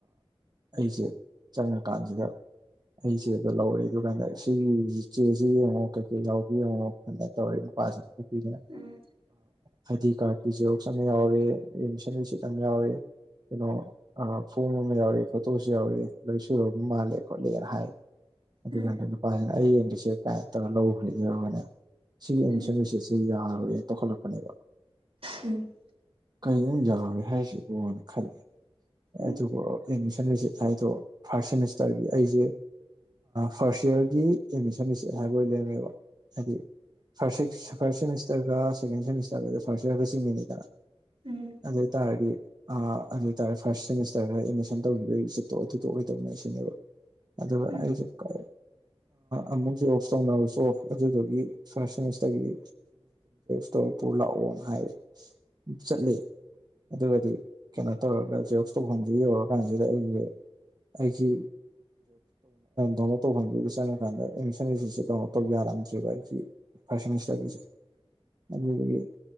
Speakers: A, on the right; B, on the right.
A: ꯑꯩꯁꯦ ꯆꯪꯉꯀꯥꯟꯁꯤꯗ ꯑꯩꯁꯦꯗꯣ ꯂꯧꯋꯦ ꯑꯗꯨ ꯀꯥꯟꯗ ꯁꯤꯒꯤ ꯆꯦꯁꯤ ꯌꯦꯡꯉꯣ ꯀꯩꯀꯩ ꯌꯥꯎꯒ ꯌꯦꯡꯉꯣ ꯀ ꯇꯧꯔꯤꯅꯣ ꯅꯨꯄꯥꯁꯤꯅ ꯅꯨꯄꯤꯁꯤꯅ
B: ꯎꯝ ꯎꯝ
A: ꯍꯥꯏꯗꯤ ꯀꯥꯔꯀꯤ ꯁꯔꯣꯛꯁꯅ ꯌꯥꯎꯔꯦ ꯑꯦꯟꯁꯟꯁꯤ ꯇꯃꯦ ꯍꯋꯦ ꯀꯩꯅꯣ ꯐꯣꯝ ꯑꯃ ꯌꯥꯎꯔꯦ ꯐꯣꯇꯣꯁꯨ ꯌꯥꯎꯔꯦ ꯂꯣꯏ ꯁꯒ ꯃꯥꯜꯂꯦ ꯈꯣꯠꯂꯦꯅ ꯍꯥꯏ ꯑꯗꯨꯀꯥꯟꯗ
B: ꯎꯝ
A: ꯅꯨꯄꯥꯁꯤꯅ ꯑꯩ ꯌꯦꯡꯕꯁꯦ ꯀꯃꯥꯏ ꯇꯧꯔ ꯂꯧꯈ꯭ꯔꯦ ꯌꯦꯕꯅꯦ ꯁꯤꯒꯤ ꯑꯦꯠꯃꯤꯁꯟ
B: ꯎꯝ
A: ꯔꯤꯁꯤꯠꯁꯤꯦ ꯌꯥꯔꯔꯣꯏꯅ ꯇꯍꯠꯂꯛꯄꯅꯦꯕ
B: ꯎꯝ
A: ꯀꯔꯤꯣꯝ ꯌꯥꯔꯦ ꯍꯥꯏꯁꯤꯕꯨꯅ ꯈꯜꯂꯤ
B: ꯎꯝ
A: ꯑꯗꯨꯒ ꯑꯦꯠꯃꯤꯁꯟ ꯁꯤꯠ ꯍꯥꯏꯗꯣ ꯐꯥꯔꯁ ꯁꯦꯃꯤꯁꯇꯔꯒꯤ ꯑꯩꯁꯦ ꯐꯥꯔꯁ ꯌꯌꯥꯔꯒꯤ ꯑꯦꯠꯃꯤꯁꯟ ꯁꯦꯠ ꯍꯥꯏꯕ ꯑꯣꯏ ꯂꯩꯔꯝꯃꯦꯕ ꯍꯥꯏꯗꯤ ꯐꯥꯔ ꯐꯥꯔꯁ ꯁꯦꯃꯤꯁꯇꯔꯒ ꯁꯦꯀꯦꯟ ꯁꯦꯃꯤꯁꯇꯔꯒꯗ ꯐꯥꯔꯁ ꯁꯔꯒ ꯆꯤꯡꯃꯤꯅꯤꯗꯅ
B: ꯎꯝ
A: ꯑꯗꯦ ꯇꯥꯗꯤ ꯑ ꯑꯗꯨ ꯑꯣꯏ ꯇꯔꯦ ꯐꯥꯔꯁ ꯁꯦꯃꯤꯁꯇꯔꯗ ꯑꯦꯠꯃꯤꯁꯟ ꯇꯧꯈꯤꯕꯒꯤ ꯔꯤꯁꯤꯞꯇꯣ ꯑꯗꯨꯗꯣ ꯑꯣꯏꯗꯧꯅꯦ ꯁꯤꯅꯦꯕ ꯑꯗꯨ
B: ꯎꯝ
A: ꯑꯩꯁꯨ ꯀ ꯑꯃꯨꯛꯁꯦ ꯑꯣꯐꯁ ꯇꯧꯅꯔꯁꯨ ꯑꯣ ꯑꯗꯨꯗꯨꯒꯤ ꯐꯥꯔꯦꯃꯤꯁꯇꯔꯒꯤ ꯇꯧꯄꯨꯔ ꯂꯥꯛꯑꯣꯅ ꯍꯥꯏꯔꯦ ꯆꯠꯂ ꯑꯗꯨꯒꯗꯤ ꯀꯩꯅꯣ ꯇꯧꯔꯒ ꯆꯦꯛꯁ ꯇꯧꯐꯝꯁꯤ ꯌꯧꯔꯀꯥꯟꯁꯤꯗ ꯑꯩꯁꯦ ꯑꯩꯒꯤ ꯗꯅꯣ ꯇꯧꯕꯗ ꯆꯪꯉꯀꯥꯟꯗ ꯑꯩꯅ ꯆꯪꯉꯤꯁꯤꯁꯦ ꯗꯣ ꯇꯧꯒꯦꯔꯝꯗ꯭ꯔꯤꯕ ꯑꯩꯁꯤ ꯐꯥꯔꯁ ꯁꯦꯃꯤꯁꯇꯔꯒꯤꯁꯦ ꯑꯗꯨꯗꯒꯤ